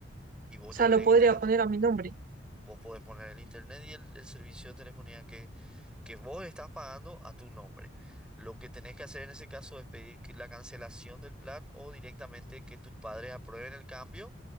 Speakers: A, in the centre; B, on the right.
A: y vos
B: O
A: ya
B: sea,
A: querés
B: lo
A: que
B: podría
A: estén a tu
B: poner
A: nombre.
B: a mi nombre.
A: Vos podés poner el internet y el, el servicio de telefonía que que vos estás pagando a tu nombre. Lo que tenés que hacer en ese caso es pedir que- la cancelación del plan o directamente que tus padres aprueben el cambio.